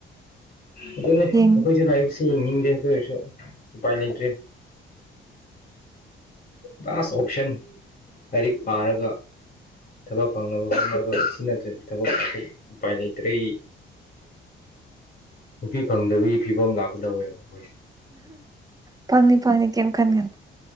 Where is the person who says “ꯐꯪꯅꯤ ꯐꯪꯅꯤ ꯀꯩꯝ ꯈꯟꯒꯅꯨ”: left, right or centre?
Right